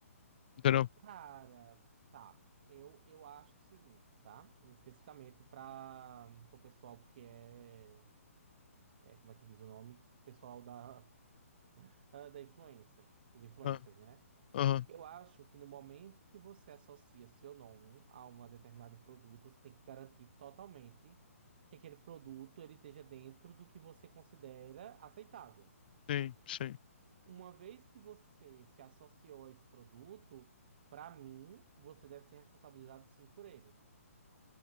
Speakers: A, on the left; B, on the right.
A: entendeu?
B: cara, tá. Eu, eu acho o seguinte, tá? Especificamente para o pessoal, porque é, é. Como é que diz o nome? Pessoal da, <laughs> ah, da influência. Os influencers,
A: Ah,
B: né?
A: Aham,
B: Eu acho que no momento que você associa seu nome a um determinado produto, você tem que garantir totalmente que aquele produto ele esteja dentro do que você considera aceitável.
A: Sim, sim,
B: Uma vez que você se associou a esse produto, para mim, você deve ser responsabilizado sim por ele.